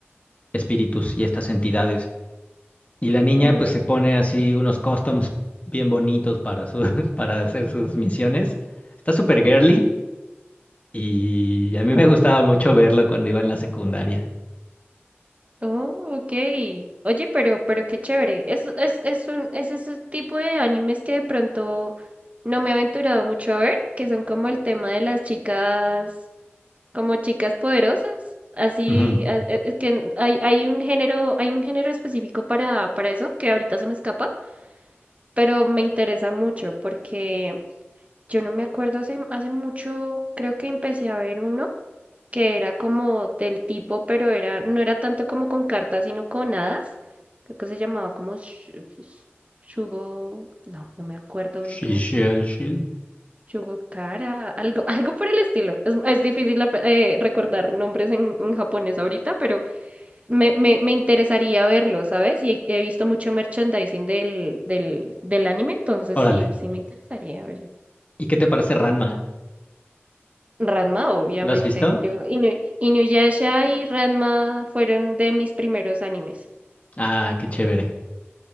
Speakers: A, on the left; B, on the right.
A: espíritus y estas entidades. Y la niña
B: Oh,
A: pues se pone así unos costumes bien bonitos para, sus, <laughs> para hacer sus misiones. Está súper girly y a mí me gustaba mucho verlo cuando iba en la secundaria.
B: oh, okay. Oye, pero, pero qué chévere. Es, es, es un, es ese tipo de animes que de pronto no me he aventurado mucho a ver, que son como el tema de las chicas, como chicas poderosas. Así,
A: Ujú.
B: a- e- es que hay, hay un género, hay un género específico para, para eso, que ahorita se me escapa, pero me interesa mucho porque Yo no me acuerdo, hace, hace mucho creo que empecé a ver uno que era como del tipo, pero era, no era tanto como con cartas, sino con hadas. Creo que se llamaba como Sh- Sh- Shugo, no, no me acuerdo bien
A: Sí,
B: cómo.
A: sí, sí.
B: Shugo Kara, algo, <laughs> algo por el estilo. Es, es difícil eh, recordar nombres en, en japonés ahorita, pero me, me, me interesaría verlo, ¿sabes? Y he visto mucho merchandising del, del, del anime, entonces
A: Órale.
B: sí, sí me interesaría, oye.
A: ¿Y qué te parece Ranma?
B: Ranma, obviamente.
A: ¿Lo has visto?
B: Yo, Inu- Inuyasha y Ranma fueron de mis primeros animes.
A: Ah, qué chévere.